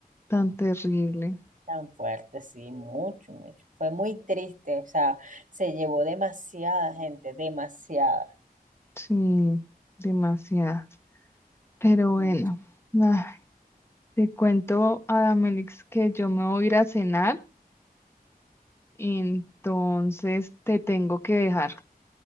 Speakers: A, on the left; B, on the right.
A: tan terrible.
B: Tan fuerte, sí, mucho, mucho. Fue muy triste, o sea, se llevó demasiada gente, demasiada.
A: Sí, demasiado. Pero
B: mucho.
A: bueno, ay, te cuento, Adamelix, que yo me voy a ir a cenar, entonces te tengo que dejar.